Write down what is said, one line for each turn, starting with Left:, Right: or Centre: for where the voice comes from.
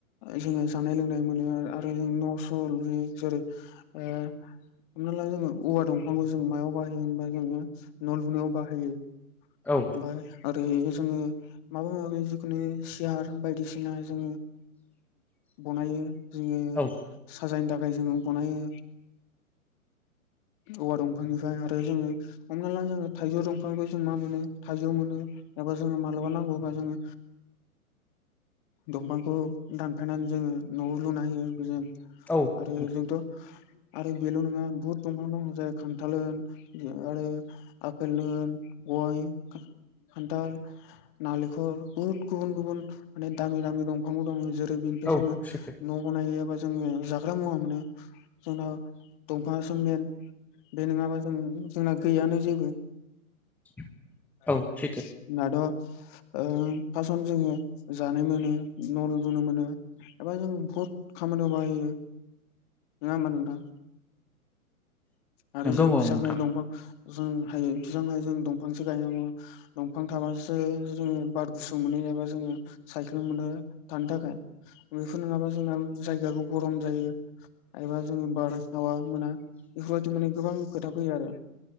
Left: जोङो जानाय लोंनाय नाय मोनो आ आरो नों न' स' लुयो जेरै ओ हमना ला जोङो औवा दंफांखौ जों मायाव बाहायो होमबा जोङो न' लुनायाव बाहायो
Centre: औ
Left: ओमफाय आरो‌ जोङो माबा-माबि जिखुनु सियार बायदिसिना जोङो बनायो जोङो
Centre: औ
Left: साजायनो था खाय जोङो बनायो
Centre: <unintelligible>
Left: औवा दंफांनिफ्राय आरो जोङो हमना ला जोङो थाइजौ दंफांनिफाय जों मा मोनो थाइजौ मोनो एबा जोङो मालाबा नांगौबा जोङो दंफांखौ दानफायनानै जोङो न' लुनो होयो बेजों
Centre: औ नोंथां
Left: आरो जोंथ' आरो बेल' नङा बुहुद दंफां दं जाय खान्थाल होन ओ आरो आपेल होन गय खा खान्थाल नालेखर बहुद गुबुन-गुबुन माने दामि-दामि दंफांबो दङ जेरै बेनिफ्राय
Centre: औ
Left: जोङो
Centre: सैथो
Left: न' बनायो एबा जों जोङो जाग्रा मुवा मोनो जोंनाव दंफाङासो मेन बे नोङाबा जों जोंना गैयानो जेबो
Centre: <inaudible>
Left: <unintelligible>
Centre: सैथो
Left: ओ फासन जोङो जानो मोनो न' लुबोनो मोनो एबा जों बहुद खामानियाव बाहायो नोङा होमबा नोंथां। आरो
Centre: नोंगौ
Left: जों
Centre: औ
Left: बेसेबां
Centre: नोंथां
Left: हायो दंफां जों हायो बेसेबां हायो जों दंफांसो गायनांगौ। दंफां थाबोसो जोङो बार गुसु मोनो ए जोङो साइख्लोम मोनो थानो थाखाय बेफोर नङाबा जोंना जायगायाबो गरम जायो एबा जोङो बारहावा मोना बेफोरबायदि माने गोबां खोथा फैयो आरो।